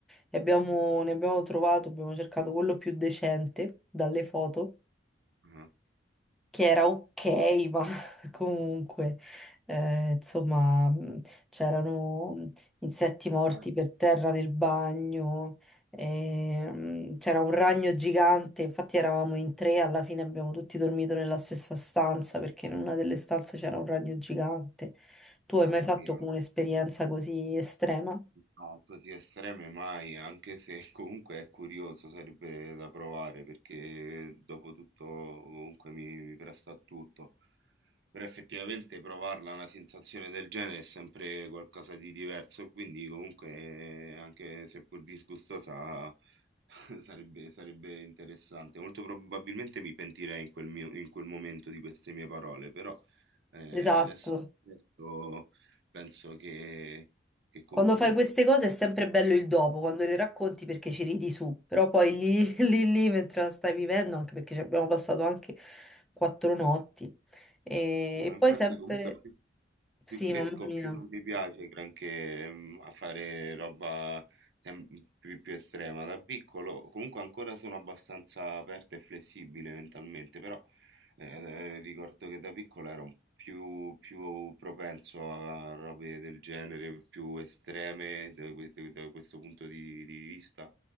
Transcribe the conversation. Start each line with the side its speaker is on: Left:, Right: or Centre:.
Centre: e abbiamo, ne abbiamo trovato, abbiamo cercato quello più decente dalle foto
Right: Ah-ah,
Centre: che era ok, ma <laughs> comunque, eh, insomma, mh, c'erano mh, insetti morti
Right: ah,
Centre: per terra nel bagno, e, mh, c'era un ragno gigante, infatti eravamo in tre, alla fine abbiamo tutti dormito nella stessa stanza perché in una delle stanze c'era un ragno gigante. Tu hai
Right: mamma
Centre: mai fatto
Right: mia,
Centre: come un'esperienza così estrema?
Right: no, così estreme mai, anche se <laughs> comunque è curioso, sarebbe da provare perché dopo tutto comunque mi mi presto a tutto. Però effettivamente provarla una sensazione del genere è sempre qualcosa di diverso, quindi comunque eh, anche seppur disgustosa <laughs> sarebbe, sarebbe interessante. Molto probabilmente mi pentirei in quel mio- in quel momento di queste mie parole, però eh,
Centre: Esatto.
Right: adesso, adesso penso che, che comunque...
Centre: Quando fai queste cose è sempre bello il dopo, quando le racconti perché ci ridi su, però poi lì, <laughs> lì, lì mentre la stai vivendo, anche perché ci abbiamo passato anche quattro notti. E,
Right: Sì, ma
Centre: e
Right: infatti
Centre: poi sempre...
Right: comunque
Centre: Sì,
Right: Più cresco,
Centre: mamma mia.
Right: più non mi piace granché, mhmm, a fare roba sem più più estrema. Da piccolo comunque ancora sono abbastanza aperto e flessibile mentalmente, però, ehm, ricordo che da piccolo ero un più più propenso a robe del genere, più estreme da que da questo punto di di vista.